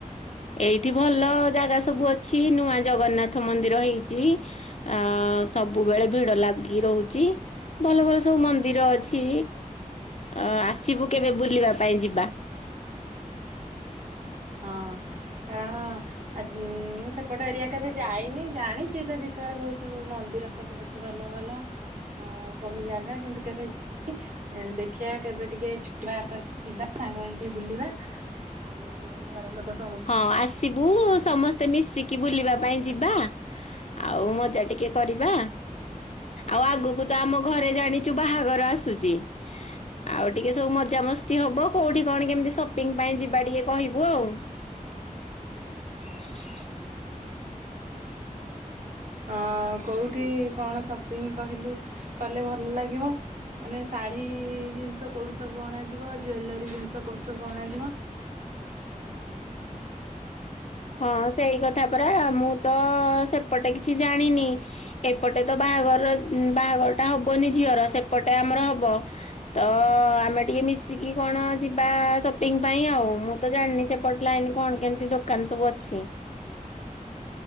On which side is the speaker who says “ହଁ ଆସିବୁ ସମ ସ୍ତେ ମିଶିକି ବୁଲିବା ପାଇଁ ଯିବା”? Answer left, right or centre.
Left